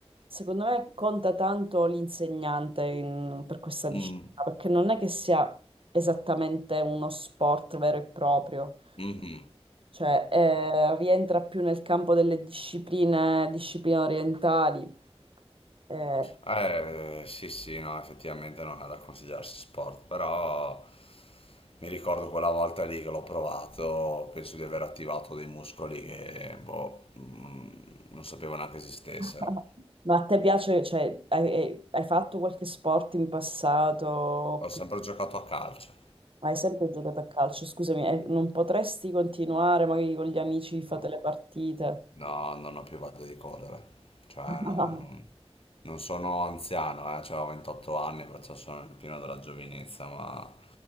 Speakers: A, on the right; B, on the left.
A: secondo me conta tanto l'insegnante in- per questa disciplina,
B: mm,
A: perché non è che sia esattamente uno sport vero e proprio,
B: mhm.
A: cioè eh, rientra più nel campo delle discipline, discipline orientali. Eh,
B: Eh, sì, sì, no, effettivamente non è da considerarsi sport, però mi ricordo quella volta lì che l'ho provato, penso di aver attivato dei muscoli che, boh, mm, non sapevo neanche esistessero.
A: <laughs> ma a te piace, cioè, hai, hai hai fatto qualche sport in passato?
B: Ho sempre giocato a calcio.
A: Ma hai sempre giocato a calcio? Scusami, eh, non potresti continuare magari con gli amici, fate
B: no.
A: le partite?
B: No, non ho più voglia di correre. Cioè,
A: <laughs>
B: non, non- non sono anziano, eh, cioè, ho 28 anni, perciò sono nel pieno della giovinezza, ma